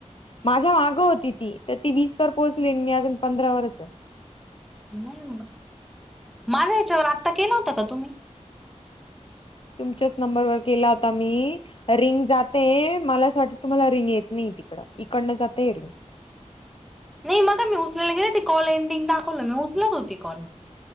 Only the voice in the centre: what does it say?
नाही माझ्या याच्यावर आत्ता केलं होता का तुम्ही.
नाही मगा मी उचलायला गेले, ती कॉल एंडिंग दाखवलं मी उचलत होती कॉल.